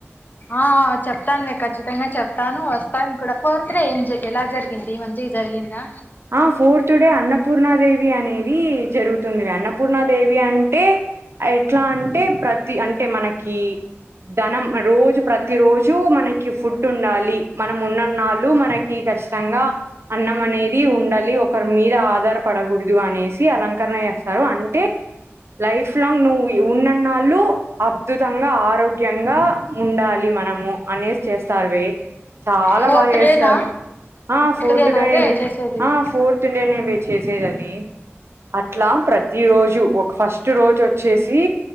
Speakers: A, on the left; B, on the right.
A: ఆ చెప్తాను వే కచ్చితంగా చెప్తాను వస్తాను కూడ, ఫోర్త్ డే ఏం జ ఎలా జరిగగింది మంచి జరిగిందా?
B: ఆ ఫోర్త్ డే అన్నపూర్ణాదేవి అనేది జరుగుతుంది, అన్నపూర్ణాదేవి అంటే ఎట్లా అంటే ప్రతి అంటే మనకి ధనం రోజు ప్రతి రోజు మనకి ఫుడ్ ఉండాలి, మనం ఉన్నన్నాళ్ళు మనకి ఖచ్చితంగా అన్నం అనే ది ఉండాలి ఒకరి మీద ఆధారపడకూడదు అనేసి అలంకరణ చేస్తారు, అంటే లైఫ్ లాంగ్ నువ్వు ఉన్నన్నాళ్ళు అద్భుతంగా ఆరోగ్యంగా ఉండాలి. మనము అనేస్ చేస్తారు వే. చాలా
A: ఫోర్త్
B: బాగా చేస్తారు,
A: డేనా
B: ఆ ఫోర్త్
A: డే
B: డేనేవి
A: నావే చేసేది
B: ఆ ఫోర్త్ డేనే వే చేసేదది అట్లా ప్రతి రోజు ఒక ఫస్ట్ రోజు వచ్చేసి